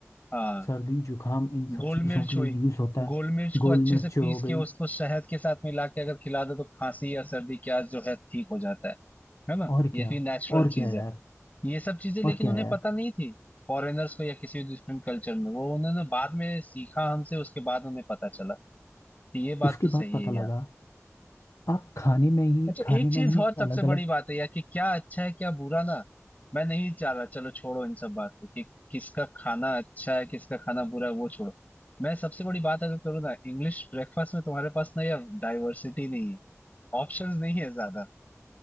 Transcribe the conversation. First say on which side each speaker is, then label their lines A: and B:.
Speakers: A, on the left; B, on the left.
A: हाँ
B: सर्दी जुकाम इन सब
A: गोल
B: चीजों
A: मिर्च
B: के
A: हुई
B: लिए यूज होता
A: गोल
B: है
A: मिर्च को
B: गोल
A: अच्छे
B: मिर्च
A: से पीस
B: हो गई
A: के उसको शहद के साथ मिला के अगर खिला दो तो खांसी या सर्दी क्या जो है ठीक हो जाता है है ना
B: और
A: ये
B: क्या
A: भी नेचुरल
B: और
A: चीज
B: क्या यार
A: है ये सब चीजें लेकिन
B: और क्या
A: उन्हें
B: यार
A: पता नहीं थी फॉरेनर्स को या किसी डिफरेंट कल्चर में वो उन्होंने बाद में सीखा हमसे उसके बाद उन्हें पता चला तो ये बात
B: उसके
A: तो
B: बाद
A: सही
B: पता
A: है
B: लगा
A: यार
B: आप खाने में ही
A: अच्छा
B: खाने
A: एक चीज
B: में ही
A: और सबसे
B: अलग अलग
A: बड़ी बात है यार कि क्या अच्छा है क्या बुरा ना मैं नहीं चाह रहा चलो छोड़ो इन सब बात को कि किसका खाना अच्छा है किसका खाना बुरा है वो छोड़ो मैं सबसे बड़ी बात अगर करूँ ना इंग्लिश ब्रेकफास्ट में तुम्हारे पास ना यार डाइवर्सिटी नहीं है ऑप्शंस नहीं है ज्यादा